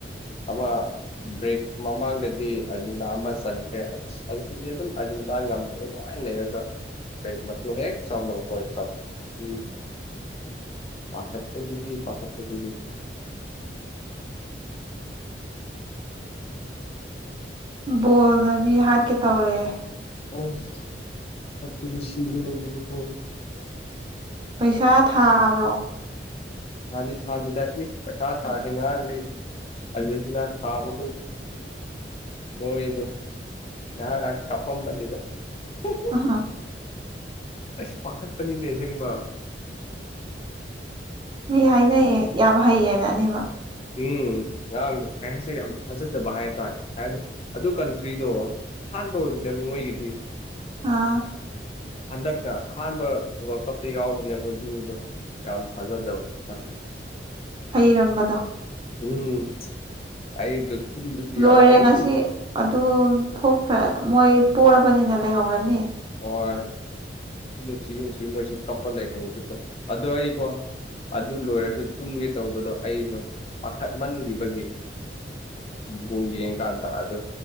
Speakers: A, on the left; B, on the right.
A: ꯑꯃ ꯕ꯭ꯔꯦꯛ ꯃꯃꯥꯡꯗꯗꯤ ꯗꯤ ꯑꯔꯖꯤꯟꯗꯥ ꯑꯃ ꯆꯟꯈ꯭ꯔꯦ ꯑꯁꯤꯗꯤ ꯑꯗꯨꯝ ꯑꯔꯖꯤꯟꯗꯥ ꯉꯝꯈ꯭ꯔꯦ ꯅꯨꯡꯉꯥꯏꯅ ꯂꯩꯔꯒ ꯕ꯭ꯔꯦꯛꯃꯇꯨꯡ ꯍꯦꯛ ꯆꯪꯕꯒ ꯃꯥꯏ ꯆꯟ <unintelligible> ꯄꯥꯈꯠꯄꯁꯤꯗꯤ ꯄꯥꯈꯠꯄꯁꯤꯗꯤ
B: ꯕꯣꯜꯅ ꯃꯤ ꯍꯥꯠꯀꯦ ꯇꯧꯔꯦ
A: <unintelligible>
B: ꯄꯩꯁꯥ ꯊꯥꯕ꯭ꯔꯣ
A: ꯊꯥꯗꯤ ꯊꯥꯗꯦꯗ ꯄꯁꯥ ꯊꯥ ꯔꯗꯤ ꯉꯔꯥꯡꯗꯤ ꯑꯥꯔꯖꯦꯟꯇꯤꯅꯥ ꯊꯥꯕꯒꫭꯏ ꯃꫭꯏꯗꫭ <unintelligible>
B: ꯑꯍ
A: ꯑꯁ ꯄꯥꯈꯠꯄꯅꯤꯅꯦꯁꯦꯡꯕ
B: ꯃꯤ ꯍꯥꯏꯅꯩꯌꯦ ꯌꯥꯝ ꯍꯩꯌꯦꯅ ꯑꯅꯤꯃꯛ
A: ꯎꯝ ꯑꯉꯥꯡꯗꯣ ꯍꯥꯏꯁꯦ ꯌꯥꯝ ꯊꯥꯖꯗꯕ ꯍꯥꯏꯇꯥꯔꯦ ꯍꯥꯏꯣ ꯑꯗꯨ ꯀꯟꯇ꯭ꯔꯤꯗꯣ ꯍꯥꯟꯕꯅꯦꯕ ꯃꯣꯏꯒꯤꯗꯤ
B: ꯑꯥ
A: ꯍꯟꯗꯛꯅ ꯑꯍꯥꯟꯕ ꯋꯥꯔꯜꯗ ꯀꯞꯇ ꯌꯥꯎꯕꯅꯦ ꯑꯗ ꯨꯗꯣ ꯌꯥꯝ ꯊꯥꯖꯥꯕ ꯍꯥꯏꯇꯥꯔꯦ ꯃꯥꯁꯤ
B: ꯍꯩꯔꯝꯕꯗꯣ
A: ꯎꯝ ꯑꯩꯗꯣ ꯇꯨꯝꯗꯁꯨ
B: ꯂꯣꯏꯔꯦ
A: ꯌꯥꯗ ꯑꯗꯨꯝ
B: ꯉꯁꯤ ꯑꯗꯨ ꯊꯣꯛꯈ꯭ꯔ ꯃꯣꯏ ꯄꯣꯔꯔꯕꯅꯤꯅ ꯂꯩꯍꯧꯔꯅꯤ
A: ꯍꯣꯏ <unintelligible> ꯃꯣꯏ ꯀꯞꯄ ꯂꯩꯈꯊ ꯑꯗꯣ ꯑꯩ ꯀꫭ ꯑꯗꯨ ꯂꯣꯏꯔꯁꯨ ꯇꯨꯝꯒꯦ ꯇꯧꯕꯗꯣ ꯑꯩꯗꯣ ꯄꯥꯈꯠꯃꯟꯈꯤꯕꯒꯤ ꯕꫭꯜ ꯌꯦꯡ ꯀꯥꯟꯗ ꯑꯗꯨ